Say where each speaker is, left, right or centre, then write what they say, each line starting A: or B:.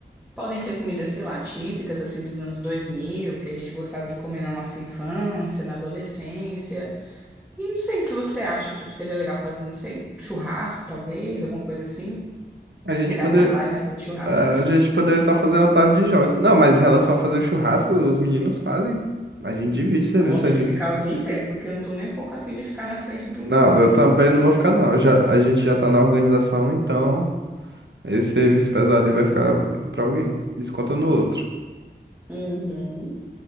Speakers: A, in the centre; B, on the right.
A: Podem ser comidas, sei lá, típicas, assim, dos anos 2000 que a gente gostava de comer na nossa infância, na adolescência. E não sei se você acha que, tipo, seria legal fazer, não sei, churrasco, talvez, alguma coisa assim.
B: A gente
A: Porque dá
B: pode,
A: trabalho, né, fazer churrasco.
B: É, A gente poderia estar fazendo a tarde de jogos. Não, mas em relação a fazer churrasco, os meninos fazem. A gente divide serviço.
A: Ah, Vão ter
B: a gente-
A: que ficar o dia inteiro, porque eu não tô nem um pouco afim de ficar na frente do,
B: Não,
A: do fogo.
B: eu também não
A: né?
B: vou ficar, não. Eu já, a gente já tá na organização, então esse serviço pesado aí vai ficar pra alguém. Desconta no outro.
A: Uhum.